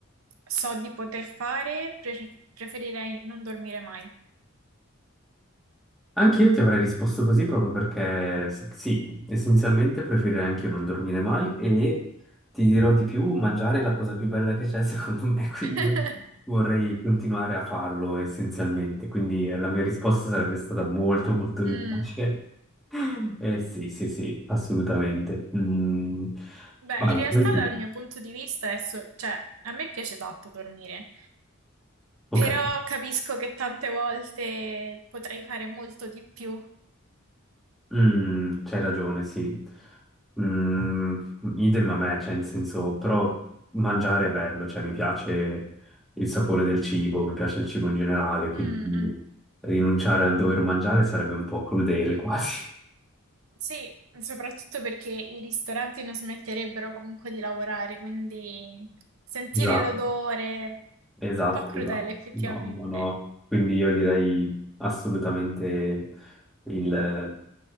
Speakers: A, on the right; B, in the centre.
A: so di poter fare, pre- preferirei non dormire mai.
B: Anch'io ti avrei risposto così proprio perché s- sì, essenzialmente preferirei anche io non dormire mai e ti dirò di più, mangiare è la cosa più bella che c'è secondo me, <laughs> quindi
A: <laughs>
B: io vorrei continuare a farlo essenzialmente, quindi eh, la mia risposta sarebbe stata molto molto
A: Mm,
B: più facile. <laughs> Eh sì, sì, sì, assolutamente. Mm,
A: beh,
B: vai,
A: in realtà
B: poi tu.
A: dal mio punto di vista, è so- cioè, a me piace tanto dormire,
B: Ok.
A: però capisco che tante volte potrei fare molto di più.
B: Mm, c'hai ragione, sì. Mm, idem a me, cioè, in senso, però mangiare è bello, cioè, mi piace il sapore del cibo, mi piace il cibo in generale, quindi
A: Mm, mm.
B: rinunciare al dover mangiare sarebbe un po' crudele <laughs> quasi.
A: Sì, soprattutto perché i ristoranti non smetterebbero comunque di lavorare, quindi sentire
B: Esatto,
A: l'odore,
B: esatto,
A: un po' crudele
B: esatto.
A: effettivamente.
B: No, no, no. Quindi io direi assolutamente il